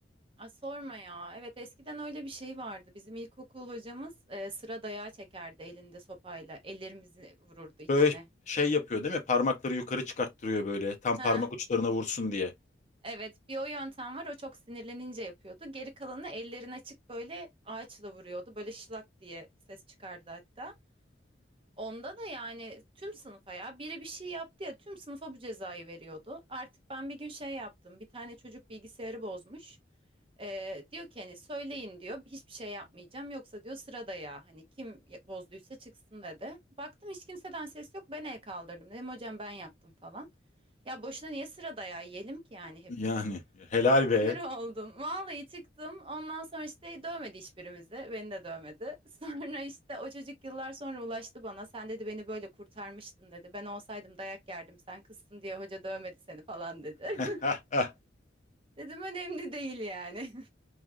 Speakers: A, on the right (about 30°); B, on the left (about 40°).
A: Aa, sorma ya. Evet eskiden öyle bir şey vardı. Bizim ilkokul hocamız e, sıra dayağı çekerdi elinde sopayla. Ellerimizi vururdu içine.
B: Böyle şey yapıyor değil mi? Parmakları yukarı çıkarttırıyor böyle tam parmak
A: Heh.
B: uçlarına vursun diye.
A: Evet, bir o yöntem var. O çok sinirlenince yapıyordu. Geri kalanı ellerini açık böyle ağaçla vuruyordu. Böyle şılak diye ses çıkardı hatta. Onda da yani tüm sınıfa ya biri bir şey yaptı ya tüm sınıfa bu cezayı veriyordu. Artık ben bir gün şey yaptım. Bir tane çocuk bilgisayarı bozmuş. Ee, diyor ki hani söyleyin diyor hiçbir şey yapmayacağım yoksa diyor sırada ya hani kim bozduysa çıksın dedi. Baktım hiç kimseden ses yok ben el kaldırdım dedim hocam ben yaptım falan. Ya boşuna niye sırada ya yiyelim ki yani hepimiz.
B: Yani helal be.
A: Sinir oldum. Vallahi çıktım. Ondan sonra işte dövmedi hiçbirimizi. Beni de dövmedi. <laughs> Sonra işte o çocuk yıllar sonra ulaştı bana. Sen dedi beni böyle kurtarmıştın dedi. Ben olsaydım dayak yerdim. Sen kızsın diye hoca dövmedi seni falan dedi.
B: <laughs>
A: <laughs> Dedim önemli değil yani.